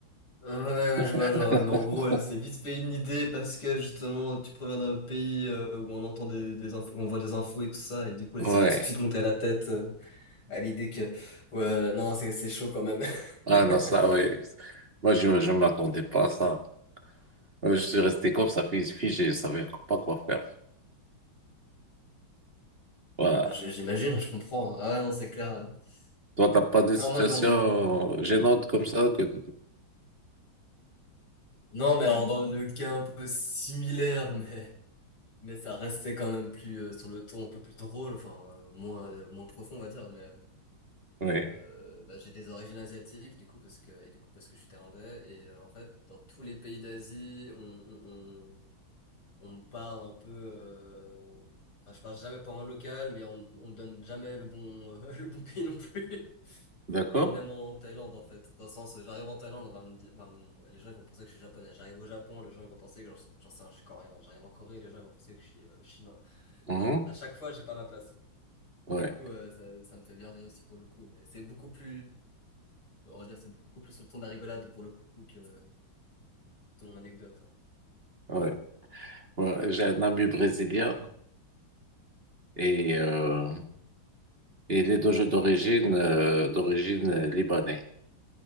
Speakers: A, on the left (about 90°); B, on the right (about 30°).
A: Ouais, ouais, je vois,
B: <laughs>
A: genre, mais en gros, elle s'est vite fait une idée parce que justement, tu proviens d'un pays euh, où on entend des, des infos, on voit des infos et tout ça, et du coup, elle
B: Ouais.
A: s'est tout de suite montée à la tête euh, à l'idée que, ouais, non, c'est c'est chaud quand même.
B: Ah non,
A: <laughs>
B: ça, ouais. Moi, je ne m'attendais pas à ça. Euh, Je suis resté comme ça, fi- figé. Je savais pas quoi faire. Voilà.
A: Ouais, bah, j'- j'imagine, je comprends. hein. Ah ouais, non, c'est clair. ouais.
B: Toi, t'as pas des
A: Non,
B: situations
A: moi, dans mon...
B: gênantes comme ça que...
A: Non, mais alors, dans le cas un peu similaire, mais, mais ça restait quand même plus euh, sur le ton un peu plus drôle, enfin, euh, moins, euh, moins profond, on va dire, mais.
B: Oui,
A: Euh, bah, j'ai des origines asiatiques du coup parce que et du coup parce que je suis thaïlandais et euh, en fait dans tous les pays d'Asie on, on, on, on me parle un peu euh, enfin je parle jamais pour un local mais on, on me donne jamais le bon euh, <laughs> le bon pays non plus
B: D'accord?
A: et même en Thaïlande en fait dans le sens j'arrive en Thaïlande on va me dire on va me- les gens ils vont penser que je suis japonais j'arrive au Japon les gens ils vont penser que j'en sais j'en sais rien, je suis coréen j'arrive en Corée les gens ils vont penser que je suis euh, chinois
B: Mhm.
A: Enfin, à chaque fois j'ai pas ma place mais
B: Ouais.
A: du coup euh, ça, ça me fait bien rire aussi pour le coup mais c'est beaucoup plus on va dire que c'est beaucoup plus sur le ton de la rigolade pour le coup que ton anecdote.
B: Ouais. Ouais. J'ai un ami brésilien et... euh, Et il est d'o- d'origine euh, d'origine euh, libanais.